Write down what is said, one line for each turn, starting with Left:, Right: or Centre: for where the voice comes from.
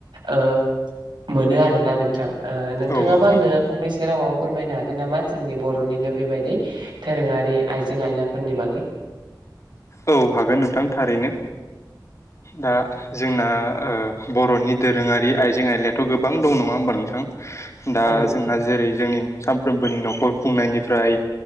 Right: ओ मोनो आरोना नोंथां ओ नोंथाङाबो
Left: औ औ
Right: आंनो
Left: नोंथां
Right: फंनैसो रावाव फोरमायनो हागोन नामा जोंनि बर'निनो बेबायदि दोरोङारि आइजें आयलाफोरनि बागै।
Left: औ हागोन नोंथां थारैनो। दा जोंना ओ बर'नि दोरोङारि आइजें आयलायाथ' गोबां दं नङा होमबा नोंथां? दा
Right: औ नंगौ
Left: जोंना जेरै जोंनि सानफ्रोमबोनि न'खर खुंनायनिफ्राय